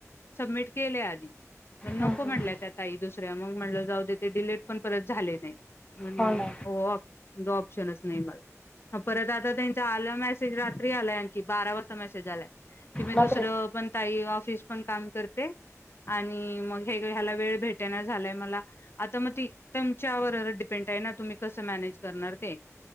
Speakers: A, on the left; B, on the left.
A: सबमिट केले आधी पण नको
B: हम्म
A: म्हणल्या त्या ताई दुसऱ्या मग म्हणलं जाऊदे ते डिलेट पण परत झाले नाही. अन्
B: हो ना.
A: हो दो ऑपशन नाही मला परत आता त्यांचा आलं मेसेज रात्री आला आणखी बारा वाजता मेसेज आलाय. की मी दुसरं
B: बापरे
A: पण ताई ऑफिस पण काम करते. आणि मग हे ह्याला वेळ भेटेना झालाय मला आता मग ती तुमच्यावर डिपेंड आहे ना तुम्ही कसं मॅनेज करणार ते